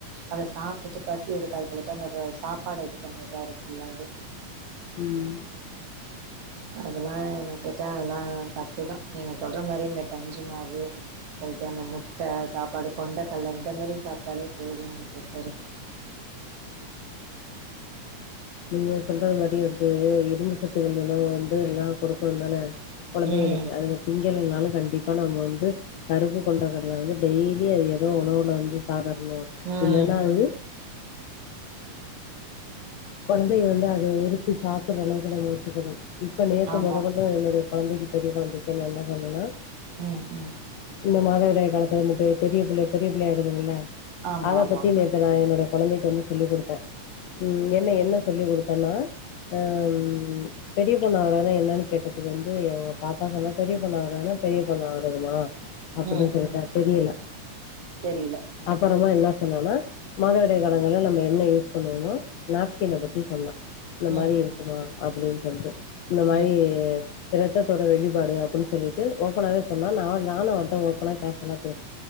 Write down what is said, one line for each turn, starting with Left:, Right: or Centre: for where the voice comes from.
Right: அத சாப்ட்டுட்டு பசி எடுக்காது போளுக்கு அந்த ப சாப்பாடு இது பண்ணிறாரு ஃபுல்லாவே
Left: ம்
Right: அதெல்லா என்ன கேட்டா அதல்லா தப்புதா நீங்க சொல்ற மாரி இந்த கஞ்சி மாவு அவுருக்கு அந்த முட்ட சாப்பாடு கொண்டக்கல்ல இந்த மாரி சாப்ட்டாலே போது என்ன பொற்த்த வரிக்கு
Left: நீங்க சொல்றது மாரி வந்து இரும்பு சத்துகள் உணவு வந்து எல்லா குடுப்போந் தான கொழந்தைங்களுக்கு
Right: ம்
Left: அது திங்களனாலு கண்டிப்பா நம்ம வந்து கருப்பு கொண்டக்கடல வந்து டெய்லி அது எதோ உணவுல வந்து சாதார்ணோ
Right: ம்
Left: இல்லன்னா அது கொழந்தைய வந்து அத விருப்பி சாப்பிடுற அளவுக்கு நம்ம வெச்சுக்கிறோ இப்ப நேத்து
Right: ஆமா.
Left: மொதக்கொண் டு என்னுடைய கொழந்தைக்கு பெரிய கொழந்தைக்கு என்னென்ன சொன்னேன்னா
Right: ம் ம்
Left: இந்த மாதவிடாய் காலத்துலருந்து பெ பெரிய பிள்ளை பெரிய பிள்ளை ஆய்டுதுங்கல்ல
Right: ஆமா
Left: அத
Right: ஆமா
Left: பத்தி நே த்து நா என்னோடைய கொழந்தைக் வந்து சொல்லிக் குடுத்தே ம் என்ன என்ன சொல்லி குடுத்தன்னா அ ம் பெரிய பொண்ணு ஆவரத்னா என்னான்னு கேட்டத்துக்கு வந்து எ பாப்பா சொன்னா பெரிய பொண்ணு ஆவுரத்னா பெரிய பொண்ணு ஆவுரதுமா அப்படி
Right: ம்
Left: சொல்லிட்டா
Right: ம்
Left: தெரியல
Right: தெரில ம்
Left: அ ப்பறமா என்னா சொன்னான்னா மாதவிடாய் காலங்கள்ல நம்ம என்ன யூஸ் பண்ணுவோமோ நாப்கின்ன
Right: ம்
Left: பத்தி சொன்னா இந்த
Right: ம்
Left: மாரி இருக்குமா
Right: ம் ம்
Left: அப்படின் சொல்ட்டு இந்த மாரி
Right: ம்
Left: ரத்ததோட வெளிப்பாடு அப்டின் சொல்லிட்டு ஓப்பனாவே சொன்னா நாள் நானு அவர்ட்ட ஓபனா கேஷ்வலா பே